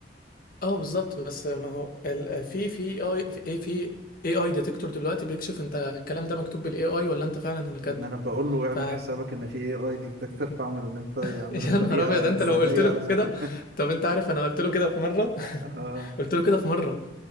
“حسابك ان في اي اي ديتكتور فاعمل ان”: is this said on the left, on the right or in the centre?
Right